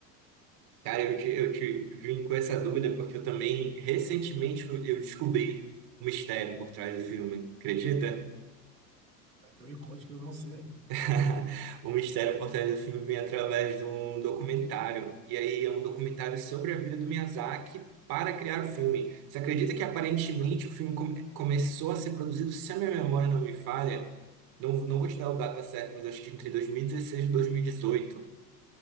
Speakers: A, on the right; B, on the right.
A: Cara, eu te, eu te vim com essa dúvida porque eu também, recentemente, eu eu descobri o mistério por trás do filme, acredita?
B: Então me conte que eu não sei
A: <laughs> O mistério por trás do filme vem através de um documentário. E aí é um documentário sobre a vida do Miyazaki para criar o filme. Você acredita que aparentemente o filme come- começou a ser produzido, se a minha memória não me falha? Não, não vou te dar o data certo, mas acho que entre 2016 e 2018. E dois mil e